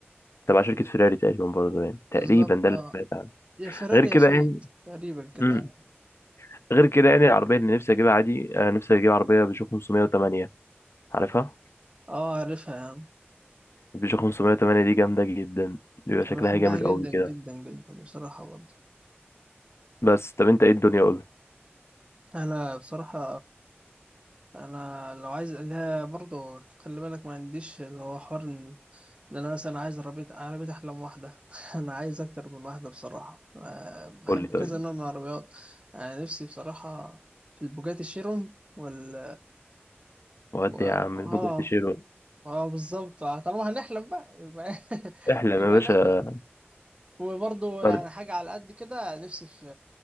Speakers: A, on the left (about 80°); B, on the right (about 25°).
A: تبع شركة فيراري تقريبا برضه يعني تقريبا
B: بالظبط
A: ده
B: اه
A: اللي سمعت عنه
B: هي فيراري
A: غير كده
B: يا فيات
A: يعني
B: تقريبا كده
A: امم غير كده يعني العربية اللي نفسي أجيبها عادي آه، نفسي أجيب عربية بيجو 508 عارفها
B: اه عارفها يا عم
A: البيجو 508 دي جامدة جدا بيبقى شكلها
B: انا بحبها
A: جامد
B: جدا
A: قوي
B: جدا
A: كده
B: جدا بصراحة برضه
A: بس طب أنت إيه الدنيا قول
B: انا بصراحة انا لو عايز لها برضه خلي بالك ما عنديش اللي هو حوار ان إن انا مثلا عايز عربية عربية احلام واحدة <laughs> انا عايز اكتر من واحدة بصراحة آه، بحب
A: قول لي طيب
B: كذا نوع من العربيات انا نفسي بصراحة في البوجاتي شيرون وال
A: ودي
B: و... اه
A: يا عم البوجاتي شيرو
B: اه بالظبط طالما هنحلم بقى يبقى <laughs>
A: احلم
B: يبقى
A: يا باشا
B: نحلم وبرضه
A: برد
B: يعني حاجة على قد كده نفسي في